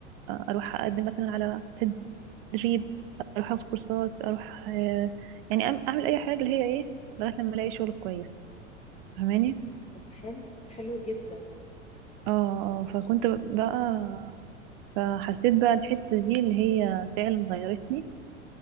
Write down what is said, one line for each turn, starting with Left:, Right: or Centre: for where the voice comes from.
Right: أروح أقدم مثلا على تدريب أروح أخد كورسات أروح آه، يعني أم- أعمل أي حاجة اللي هي إيه لغاية لما ألاقي شغل كويس فاهماني
Left: طب حلو حلو جدا
Right: اه آه، فكنت بقى فحسيت بقى الحتة دي اللي هي فعلا غيرتني